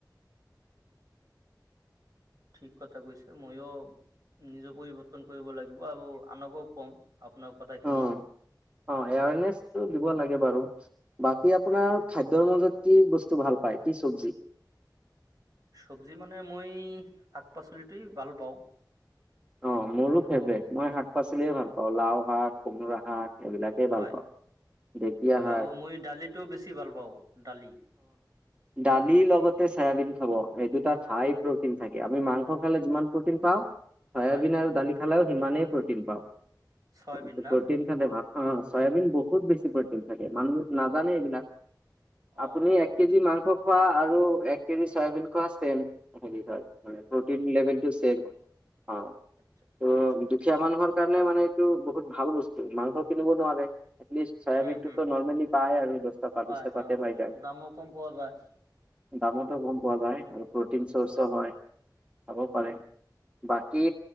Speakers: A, on the right (about 55°); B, on the right (about 15°).
A: ঠিক কথা কৈছে, ময়ো নিজে পৰিৱৰ্তন কৰিব লাগিব আৰু আনকও কম আপোনাৰ কথাখিনি।
B: অ', অ', এৱাৰনেছটো দিব লাগে। বাৰু বাকী আপোনাৰ খাদ্যৰ মাজত কি বস্তু ভাল পায়, কি চবজি?
A: চব্জি মানে মই শাক পাচলিটেই ভাল পাওঁ।
B: অ, মোৰো
A: কিয়নো
B: ফেভৰেট মই শাক, পাচলিয়ে ভাল পাওঁ। লাও শাক, কোমোৰা শাক, এইবিলাকেই
A: হয়
B: ভাল পাওঁ। ঢেকীয়া
A: মই
B: শাক
A: আৰু মই দালিটো বেছি ভাল পাওঁ, দালি।
B: দালি লগতে চয়াবিন খাব, এই দুটাত হাই প্ৰটিন থাকে। আমি মাংস খালে যিমান প্ৰটিন পাওঁ। চয়াবিন
A: হয়
B: আৰু দালি খালেও সিমানেই প্ৰটিন পাওঁ
A: চয়াবিন
B: ত
A: না
B: প্ৰটিন খালে ভাল অ', চয়াবিন বহুত বেছি প্ৰটিন থাকে মানুহে নাজানে এইবিলাক। আপুনি
A: অ'
B: এক কেজি মাংস খোৱা আৰু এক কেজি চয়াবিন খোৱা চেম। হেৰি হয় মানে প্ৰটিন লেভেলটো চেম হয় অ',
A: আচ্ছা আচ্ছা
B: ত'
A: আচ্ছা
B: দুখীয়া মানুহৰ কাৰণে মানে এইটো বহুত ভাল বস্তু মাংস কিনিব নোৱাৰে এটলিষ্ট চয়াবিন
A: হুম হুম
B: টোতো নৰ্মেলি পায় আৰু দহটা প
A: পাই
B: বিছ টকা
A: অ'
B: পাই যায়
A: দামো কম পোৱা যায়।
B: দামতো গম পোৱা যায় আৰু প্ৰটিন চৰ্চো হয় খাব পাৰে। বাকী